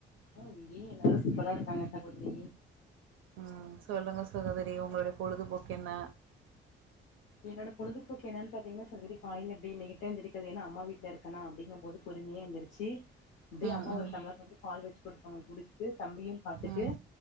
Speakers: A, on the left; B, on the right.
A: ஓ இங்கேயு எல்லாரு சூப்பரா இருக்காங்க சகோதரி
B: ம் சொல்லுங்க சகோதரி உங்களுடைய பொழுதுபோக்கு என்ன
A: என்னோட பொழுதுபோக்கு எனன் பாத்தீங்ன்னா சகோதரி காலையில அப்டியே லேட்டா எந்திரிகிறது ஏன்னா அம்மா வீட்டுல இருக்கனா அப்டிங்கும் போது பொறுமையா எலுந்திரிச்சு அப்படியே
B: ம்
A: அம்மா
B: ம்
A: ஒரு டம்ள பால் வச்ச கொடுப்பாங்க குடிச் சிட்டு தம்பியும் பார்த்துட்டு
B: ம்